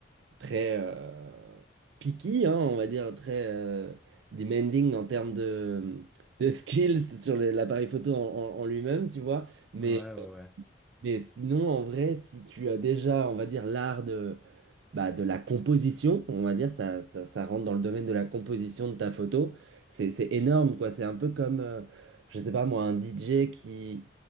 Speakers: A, on the right (about 85°); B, in the centre.
A: très euh, picky, hein, on va dire, très euh, demanding en termes de, de skills sur les- l'appareil photo en, en- en lui-même, tu vois. Mais,
B: Ouais, ouais, ouais.
A: mais sinon, en vrai, si tu as déjà, on va dire, l'art de bah, de la composition, on va dire, ça, ça, ça rentre dans le domaine de la composition de ta photo. C'est, c'est énorme, quoi. C'est un peu comme, euh, je sais pas moi, un DJ qui